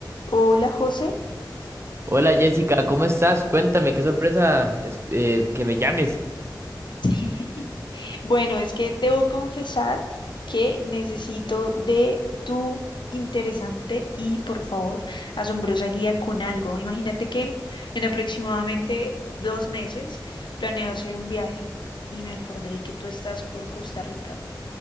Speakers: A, on the left; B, on the right.
A: Hola, José.
B: Hola Jessica, ¿cómo estás? Cuéntame, qué sorpresa es- eh, que me llames.
A: <laughs> Bueno, es que debo confesar que necesito de tu interesante y, por favor, asombrosa guía con algo. Imagínate que en aproximadamente dos meses planeo hacer un viaje y me acordé que tú estás por Costa Rica.